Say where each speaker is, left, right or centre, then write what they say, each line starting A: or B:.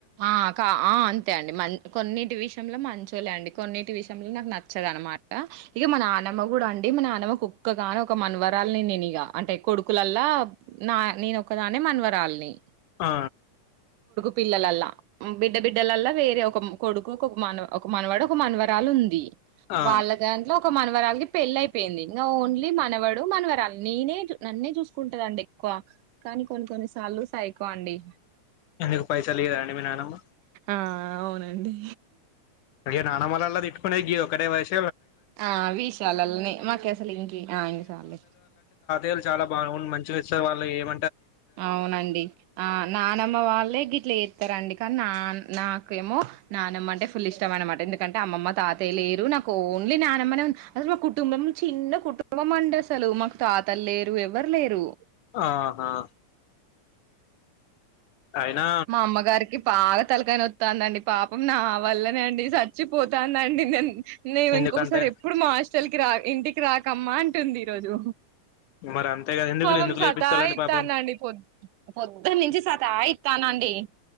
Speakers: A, on the right (about 85°); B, on the left (about 80°).
A: ఆ కా ఆ అంతే అండి మలి కొన్నిటి విషయంలో మంచి చోలే అండి కొన్నిటి విషయంలో నాకు నచ్చదనమాట ఇగ మా నానమ్మ గుడా అండి మన నానమ్మ కి ఒక్కగాని ఒక మన్వరాలని నేను ఇగా అంటే కొడుకులల్లా నా నేనొక్కదానే మన్వరాలిని
B: ఆ
A: పిల్లలల్లా బిడ్డ బిడ్డలల్ల వేరే ఒక కొడుకు ఒక మనవ ఒక మనవడ ఒక మన్వరాలు ఉంది
B: ఆ
A: వాళ్ళ దాన్లో ఒక మనవరాలకిి పెళ్ళి అయిపోయింది నా ఓన్లీ మనవడు మనవరాలు నేనేజూ నన్నే జూసుకుంటరండి ఎక్కువ కానీ కొన్ని కొన్ని సార్లు సైకో అండి
B: ఎందుకు పైసలు లియరండి మీ నానమ్మ
A: ఆ అవునండి
B: ఈ నానమ్మలల్ల తిట్టుకొనే గీయోక్కటె వయసు
A: ఆ విశలల్లనే మాకు అసలు ఇంక ఆ ఇంకసాలి
B: ఏలు చాలా బాగు మంచి విలిసే వాళ్ళ ఏమ
A: అవునండి ఆ నానమ్మ వాళ్ళే గిట్ల జెత్తరండి కానీ నానా నాకేమో నానమ్మ అంటే ఫుల్ ఇష్టం అనమాట ఎందుకంటే అమ్మమ్మ తాతయ లేరు నాకు ఓన్లీ నానమ్మనే ఉ అసలు మా కుటుంబం చిన్న కుటుంబంమండి అసలు మాకు తాతలు లేరు ఎవరు లేరు
B: ఆహా అయినా
A: మా అమ్మగారికి బాగా తలకాయనోదండి పాపం నా వల్లనే అండి చచ్చిపోతదండి నేను నే ఓ
B: ఎందుకంటే
A: ఇంకొకసారి ఎప్పుడు మా ఆ అసలకి రా ఇంటికి రాకమ్మా అంటుంది ఈరోజు
B: మరి అంతే కదా ఎందుకు
A: పాపం
B: ఎందుకు
A: సతా
B: లేపిస్తాలండి
A: ఇతనండిపో
B: పాపం
A: ప పొద్దటి నుంచి నుండీ సతాయి తానండి